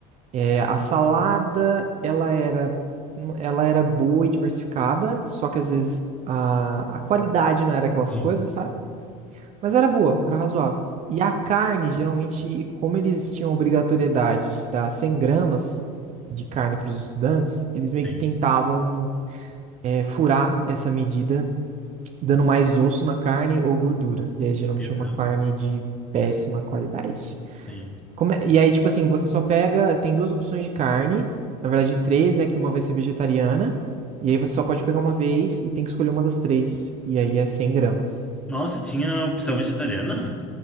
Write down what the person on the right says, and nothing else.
É, a salada, ela era, ela era boa e diversificada, só que às vezes a, a qualidade não era aquelas
coisas, sabe? Mas era boa, era razoável. E a carne, geralmente, como eles tinham obrigatoriedade de dar 100 gramas de carne para os estudantes, eles meio
que tentavam, é, furar essa medida dando mais osso na carne ou gordura. E aí, geralmente,
é
uma carne de péssima qualidade.
Como é- E aí, tipo assim, você só pega. Tem duas opções de carne. Na verdade, três, né? Que uma vai ser vegetariana. E aí, você só pode pegar uma vez e tem que escolher uma das três. E aí, é 100 gramas.